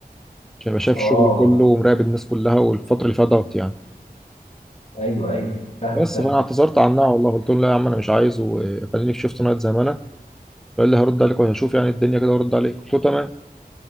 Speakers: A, in the centre; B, on the left.
A: عشان يبقى شايف
B: آه.
A: الشغل كله ومراقب الناس كلها والفتره اللي فيها ضغط يعني
B: ايوه ايوه فاهم
A: بس
B: فاهم
A: فانا اعتذرت عنها والله قلت لهم لا يا عم انا مش عايز وخليني في شيفت نايت زي ما انا فقال لي هرد عليك وهشوف يعني الدنيا كده وارد عليك قلت له تمام